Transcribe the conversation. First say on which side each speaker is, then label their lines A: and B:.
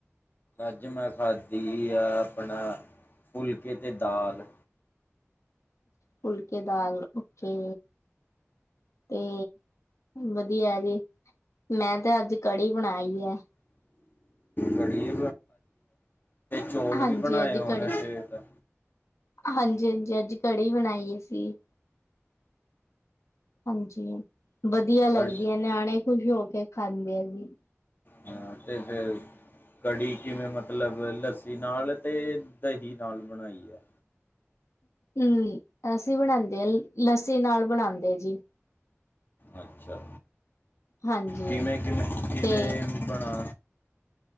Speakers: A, on the left (about 45°); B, on the left (about 90°).
A: ਅੱਜ ਮੈਂ ਖਾਧੀ ਆ, ਆਪਣਾ ਫੁਲਕੇ ਤੇ ਦਾਲ।
B: ਫੁਲਕੇ- ਦਾਲ, ਓਕੇ, ਤੇ ਵਧੀਆ ਜੀ, ਮੈਂ ਤੇ ਅੱਜ ਕੜੀ ਬਣਾਈ ਹੈ।
A: ਕੜੀ ਚੌਲ
B: ਹਾਂਜੀ
A: ਵੀ ਬਣਾਏ
B: ਅੱਜ
A: ਹੋਣੇ
B: ਕੜੀ
A: ਫੇਰ?
B: ਹਾਂਜੀ- ਹਾਂਜੀ, ਅੱਜ ਕੜੀ ਬਣਾਈ ਅਸੀਂ । ਹਾਂਜੀ, ਵਧੀਆ ਲੱਗਦੀ
A: ਕੜ
B: ਹੈ, ਨਿਆਣੇ ਖੁਸ਼ ਹੋ ਕੇ ਖਾਂਦੇ ਆ ਜੀ।
A: ਹਾਂ, ਤੇ ਫਿਰ ਕੜੀ ਕਿਵੇਂ ਮਤਲਬ, ਲੱਸੀ ਨਾਲ ਤੇ ਦਹੀਂ ਨਾਲ ਬਣਾਈ ਹੈ?
B: ਹਮ, ਅਸੀਂ ਬਣਾਉਦੇ ਹਾਂ, ਲੱਸੀ ਨਾਲ ਬਣਾਉਂਦੇ ਜੀ ।
A: ਅੱਛਾ,
B: ਹਾਂਜੀ
A: ਕਿਵੇਂ -ਕਿਵੇਂ, ਕਿਵੇਂ
B: ਤੇ
A: ਬਣਾ?